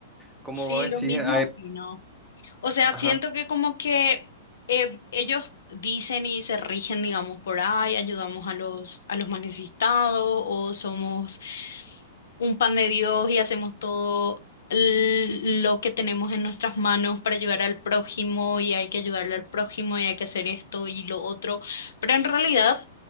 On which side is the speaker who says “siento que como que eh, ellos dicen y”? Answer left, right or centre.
Left